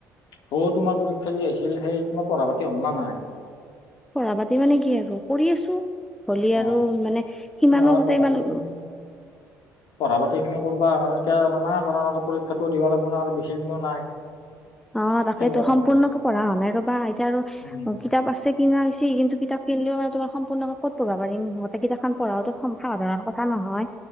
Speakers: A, on the left; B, in the centre.
A: হো তোমাৰ পৰীক্ষা যি আহছিল সেই। পঢ়া পাতি হল না নাই?
B: পঢ়া-পাতি মানে কি আৰু কৰি আছোঁ। হলি
A: অ
B: আৰু মানে সিমানো
A: নহয়
B: গোতে
A: পঢ়া
B: ইমান।
A: পাতি খিনি পঢ়া পাতি খিনি কৰবা কাৰণ কিয় জানোনা কাৰণ আৰু পৰীক্ষাটো দিবা লাগ্‌ব না আৰু বেছি দিনো নাই।
B: অ', তাকেইটো
A: সেইকাৰণে
B: সম্পূৰ্ণকে পঢ়া হোৱা নাই ৰ'বা, এতিয়া আৰু
A: উম
B: কিতাপ আছে কি নাই। চি কিন্তু কিতাপ কিন্‌লেও মানে তোমাৰ সম্পূৰ্ণকে ক'ত পঢ়্‌বা পাৰিম গোতে কিতাপখান পঢ়াটো সম সাধাৰণ কথা নহয়।